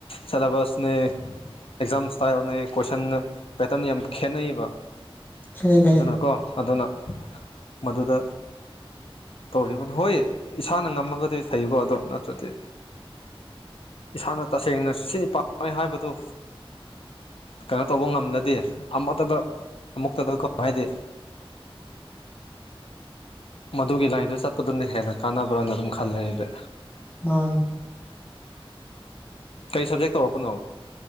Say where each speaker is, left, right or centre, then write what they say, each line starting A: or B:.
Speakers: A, on the left; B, on the left.
A: ꯁꯂꯦꯕꯁ ꯅꯦ ꯑꯦꯛꯖꯥꯝ ꯏꯁꯇꯥꯏꯜꯅꯦ ꯀꯣꯏꯁꯟꯅ ꯄꯦꯇꯔꯟ ꯌꯥꯝ ꯈꯦꯠꯅꯩꯌꯦꯕ
B: ꯈꯦꯠꯅꯩ ꯈꯦꯠꯅꯩ
A: ꯑꯗꯨꯅꯀꯣ ꯑꯗꯨꯅ ꯃꯗꯨꯗ ꯇꯧꯔꯤꯕꯅꯤ ꯍꯣꯏ ꯏꯁꯥꯅ ꯉꯝꯃꯒꯗꯤ ꯐꯩꯌꯨꯀꯣ ꯑꯗꯣ ꯅꯠꯇ꯭ꯔꯗꯤ ꯏꯁꯥꯅ ꯇꯁꯦꯡꯅ ꯁꯤ ꯄꯥꯝꯃꯦ ꯍꯥꯏꯕꯗꯨ ꯀꯩꯅꯣ ꯇꯧꯕ ꯉꯝꯗꯗꯤ ꯑꯃꯛꯇꯗ ꯑꯃꯨꯛꯇꯗ ꯍꯥꯏꯗꯤ
B: <unintelligible>
A: ꯃꯗꯨꯒꯤ ꯂꯥꯏꯟꯗꯨ ꯆꯠꯄꯗꯨꯅ ꯍꯦꯟꯅ ꯀꯥꯟꯅꯕ꯭ꯔꯅ ꯑꯗꯨꯝ ꯈꯜꯂꯦ ꯑꯩꯗ
B: ꯍ
A: ꯀꯔꯤ ꯁꯕꯖꯦꯛ ꯇꯧꯔꯛꯄꯅꯣ